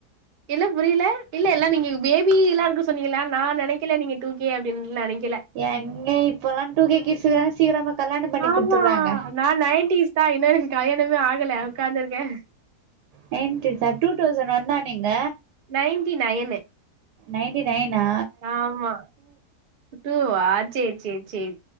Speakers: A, on the right; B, on the right.
A: இல்ல புரியல இல்ல எல்லாம இங்க பேபி எல்லா இருக்கு சொன்னீங்களா நா நெனைக்கல நீங்க டூ கே அப்டின்ல்ல நெனைக்கில
B: எங்க இப்ப எல்லா டூ கே கீட்ஸ்க் தா சீக்கிரமா கல்யாண பண்ணி
A: ஆமா
B: குடுத்துறாங்க
A: நா நைடீஸ் தா இன்னு எனக்கு கல்யணமே ஆகல உக்காந்துருக்கே
B: நயன்டீஷா டூ தௌசண்ட் ஒன்னா நீங்க
A: நயன்டி நயனு
B: நைன்டி நையனா
A: ஆமா டூ வா செரி செரி செரி